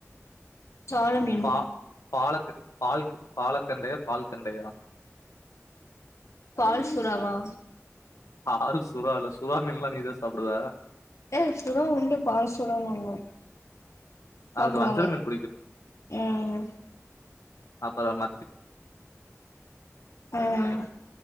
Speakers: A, on the left; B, on the left.
A: சால மீன்
B: பா பாலக்கு பால்க்கு பாலக் கண்டயா பால் கண்டயா
A: பால் சுறாவா
B: ஆல் சுறால சுறாமீன்லா நீதான் சாப்டுவ
A: ஏ சுறா உண்டு பால் சுரானு ஒன்னு சாப்புடுவாங்க
B: அடுத்து வஞ்சர மீன்
A: ம்
B: அப்பற ம
A: ம்